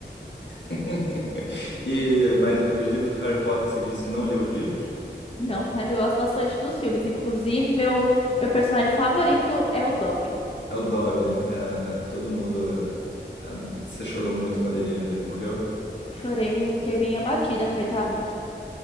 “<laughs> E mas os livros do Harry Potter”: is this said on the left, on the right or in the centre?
Left